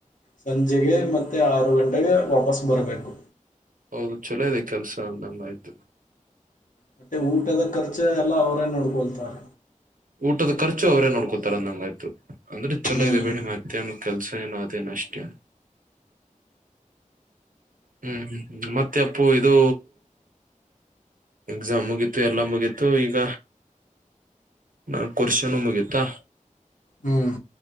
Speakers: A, on the left; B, on the right.
A: ಸಂಜೆಗೆ ಮತ್ತೆ ಆರು ಗಂಟ್ ಗೆ ವಾಪಸ್ ಬರ್ಬೇಕು.
B: ಹೌದು ಚೊಲೋ ಇದೆ ಕೆಲ್ಸ ಅಂದಂಗಾಯ್ತು.
A: ಮತ್ತೆ ಊಟದ ಖರ್ ಚ ಎಲ್ಲ ಅವರೇ ನೋಡ್ಕೊಳ್ತಾರ.
B: ಊಟದ ಖರ್ಚು ಅವರೇ ನೋಡ್ಕೋತಾರನ್ನಂಗಾಯ್ತು. ಅಂದ್ರೆ ಚುಲೋ
A: ಹ್ಮ್.
B: ಇದೆೇ ಬಿಡಿ ಮತ್ತೇನ ಕೆಲ್ಸ. ಏನು ಅದೇನಷ್ಟೇನ್ ಹ್ಮ್ ಹ್ಮ್ ಹ್ಮ್ ಮತ್ತೆ ಅಪ್ಪು ಇದು ಎಕ್ಸಾಮ್ ಮುಗೀತು ಎಲ್ಲ ಮುಗೀತು ಈಗ ನಾಲ್ಕ ವರ್ಷಾನು ಮುಗೀತಾ.
A: ಹ್ಮ್.